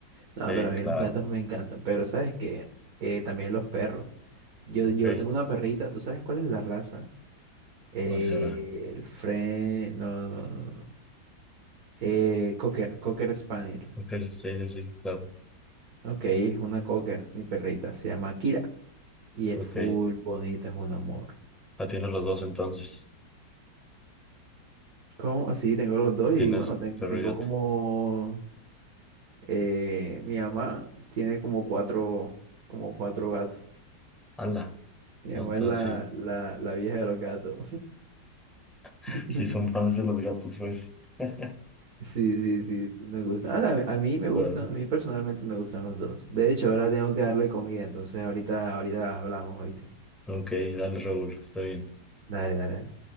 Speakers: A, on the right (about 55°); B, in the centre.
A: no,
B: sí,
A: pero a mí
B: claro.
A: los gatos me encantan. Pero sabes que también los perros. Yo,
B: Ok,
A: yo tengo una perrita, ¿tú sabes cuál es la raza? Eh,
B: ¿cuál será?
A: el Fren... No, no, no, no. no. Eh, Cocker, Cocker Spaniel.
B: Ok, sí, sí, sí, claro.
A: Ok, es una Cocker, mi perrita. Se llama Kira. Y es
B: Ok,
A: full bonita, es un amor.
B: ah, tienes los dos entonces.
A: ¿Cómo? Así tengo los dos
B: Tienes
A: y bueno, ten-
B: perro
A: tengo
B: y gato.
A: como... eh, mi mamá tiene como cuatro, como cuatro gatos.
B: Ala,
A: Mi
B: entonces
A: mamá es la,
B: sí.
A: la, la vieja de los gatos.
B: <laughs>
A: <laughs>
B: Sí, son fans de los gatos, pues. <laughs>
A: Sí, sí, sí, sí, me gusta. Ah, a, mí, a mí me gustan,
B: Ah.
A: a mí personalmente me gustan los dos. De hecho, ahora tengo que darle comida, entonces ahorita, ahorita hablamos, ¿oíste?
B: Ok, dale, Raúl, está bien.
A: Dale, dale, dale.